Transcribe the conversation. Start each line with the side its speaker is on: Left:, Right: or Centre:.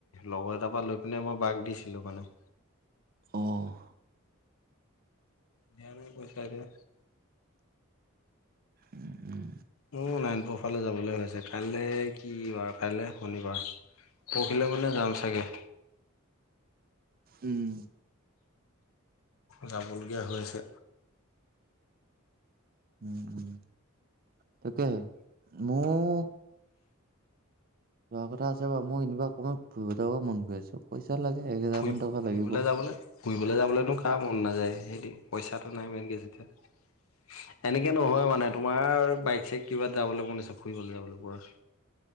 Left: লগৰ এটাৰ পৰা লৈ পিনে মই বাক দিছিলো মানে।
Right: অ'
Left: দিয়াই নাই পইচা এতিয়া।
Right: উম -উম
Left: মোৰো নাৰায়ণপুৰ ফালে যাবলৈ হৈছে কাইলৈ কি বাৰ। কাইলৈ শনিবাৰ পৰহিলে মানে যাম চাগে।
Right: উম,
Left: যাবলগীয়া হৈ আছে।
Right: উম, তাকে মইও যোৱা কথা আছে বাৰু মই এনেকুৱা অকমান ফুৰিব যাব মন গৈ আছে তাত লাগে এক হেজাৰ
Left: ফুৰি
Right: মান টকা
Left: ফুৰিবলৈ
Right: লাগিব।
Left: যাবলৈ ফুৰিবলৈ যাবলৈনো কাৰ মন নাযায় সেইয়ে পইচাত- <unintelligible> এনেকে নহয় মানে তোমাৰ বাইক চাইক কিবা যাবলৈ মন আছে ফুৰিবলৈ যাবলৈ কোৱা?